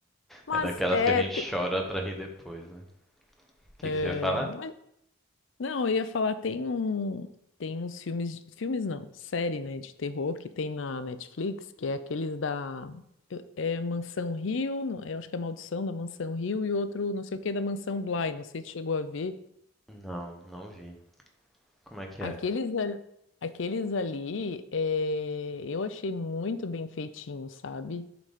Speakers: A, on the left; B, in the centre.
A: Mas
B: É daquelas
A: é,
B: que a gente
A: te-
B: chora pra rir depois, né? O
A: <laughs>
B: que
A: é,
B: que você ia falar?
A: mas Não, eu ia falar, tem um, tem uns filmes, filmes não, série, né, de terror que tem na Netflix, que é aqueles da eu- é Mansão Rio, não- eu acho que é Maldição da Mansão Rio e outro não sei o que da Mansão Bly, não sei se chegou a ver.
B: Não, não vi. Como é que
A: Aqueles,
B: é?
A: al- aqueles ali, é, eu achei muito bem feitinho, sabe?